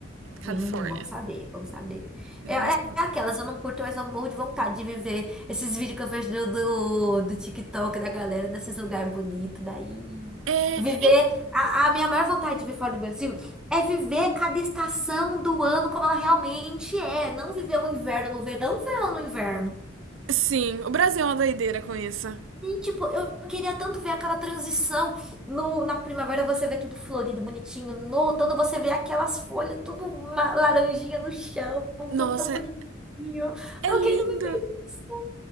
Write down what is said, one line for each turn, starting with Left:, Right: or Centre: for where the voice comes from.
Centre: Hum,
Right: Califórnia.
Centre: bom saber, bom saber.
Right: É
Centre: É, é-
Right: um estado.
Centre: é aquelas, eu não curto, mas eu morro de vontade de viver esses vídeos que eu vejo do, do, do TikTok da galera nesses lugares bonitos daí.
Right: É,
Centre: Viver.
Right: em-
Centre: A, a minha maior vontade de viver fora do Brasil é viver cada estação do ano como ela realmente é. Não viver o inverno no verão, o verão no inverno.
Right: sim, o Brasil é uma doideira com isso.
Centre: E, tipo, eu queria tanto ver aquela transição. No, na primavera você vê tudo florido, bonitinho. No outono você vê aquelas folhas, tudo ma- laranjinha no chão, tudo
Right: Nossa,
Centre: tão bonitinho.
Right: é,
Centre: Eu
Right: é
Centre: quero
Right: lindo.
Centre: viver isso.